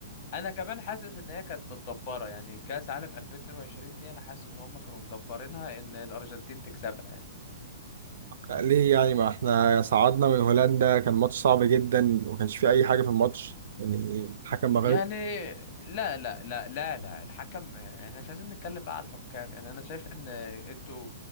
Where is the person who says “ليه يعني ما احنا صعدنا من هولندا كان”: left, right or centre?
Right